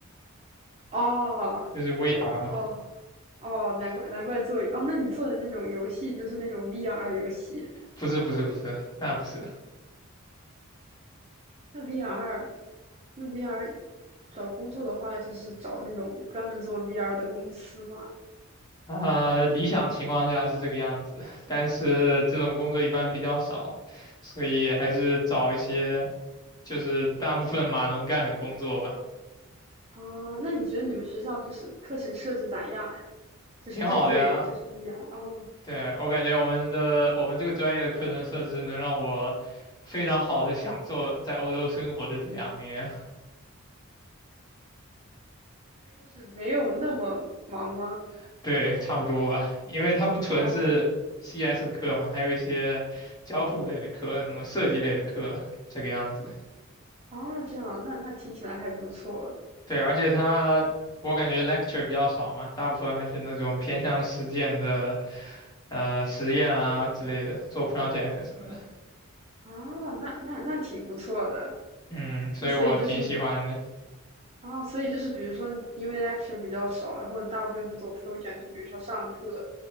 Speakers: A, on the right; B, on the left.
A: 哦
B: 就是 VR 嘛。
A: 哦哦，难怪难怪做哦，那你做的那种游戏就是那种 VR 游戏，
B: 不是不是不是，那不是。
A: 那 VR 那 VR 找工作的话，就是找那种专门做 VR 的公司吗？
B: 啊、理想情况下是这个样子，但是这种工作一般比较少，所以还是找一些就是大部分码农干的工作吧。
A: 啊，那你觉得你们学校就是课程设置咋样呀？就是针对就是
B: 挺好的呀，
A: VR 哦，
B: 对，我感觉我们的我们这个专业的课程设置能让我非常好的享受在欧洲生活的这两年。
A: 因为就是没有那么忙吗？
B: <laughs> 对，差不多吧，因为它不纯是
A: 啊
B: CS 的课嘛，还有一些交互类的课，什么设计类的课，这个样子。
A: 啊，这样，那那听起来还不错
B: 对，而且它我感觉 lecture 比较少嘛，大部分还是那种偏向实践的，呃，实验啊之类的，做 project 什么的。
A: 啊，那那那挺不错的。
B: 嗯，所以我挺喜欢的。
A: 那所以就是啊，所以就是比如说，因为 lecture 比较少，然后大部分是做 project，就比如说上课